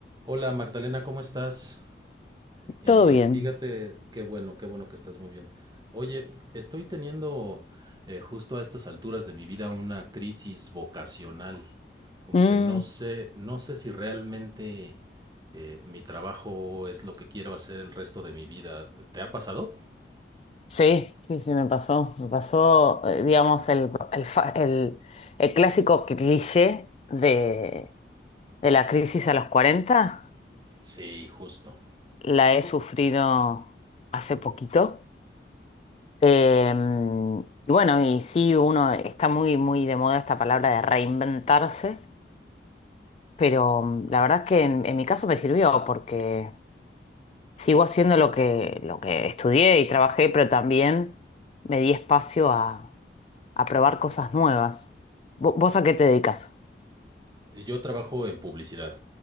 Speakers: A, on the right; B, on the left.
A: Hola Magdalena, ¿cómo estás? Eh,
B: Todo bien.
A: fíjate, qué bueno, qué bueno que estás muy bien. Oye, estoy teniendo eh, justo a estas alturas de mi vida una crisis vocacional, como
B: Mm,
A: que no sé, no sé si realmente eh, mi trabajo es lo que quiero hacer el resto de mi vida. ¿Te ha pasado?
B: sí, sí, sí, me pasó. Me pasó, eh, digamos, el, el, fa- el- el clásico cliché de, de la crisis a los cuarenta
A: Sí, justo.
B: La he sufrido hace poquito. Eh, y bueno, y sí, uno está muy, muy de moda esta palabra de reinventarse, pero mm, la verdad es que en, en mi caso me sirvió porque sigo haciendo lo que, lo que estudié y trabajé, pero también me di espacio a a probar cosas nuevas. Vo- ¿Vos, a qué te dedicas?
A: Eh, Yo trabajo en publicidad